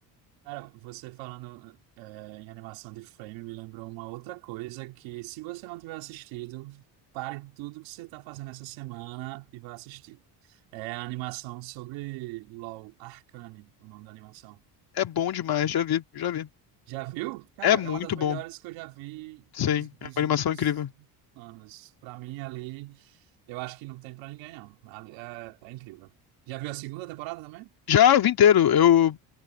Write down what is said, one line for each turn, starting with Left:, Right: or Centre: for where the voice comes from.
Right: Cara, você falando eh, em animação de frame me lembrou uma outra coisa que, se você não tiver assistido, pare tudo que você está fazendo essa semana e vá assistir. É a animação sobre LOL, Arcane, o nome da animação.
Left: É bom demais, já vi, já vi.
Right: Já viu? Cara,
Left: É muito
Right: é uma das melhores
Left: bom.
Right: que eu já vi
Left: Sim,
Right: nos dos
Left: é uma animação
Right: últimos
Left: incrível.
Right: anos. Pra mim, ali, eu acho que não tem pra ninguém, não. Ali, É, é incrível. Já viu a segunda temporada também?
Left: Já eu vi inteiro. Eu,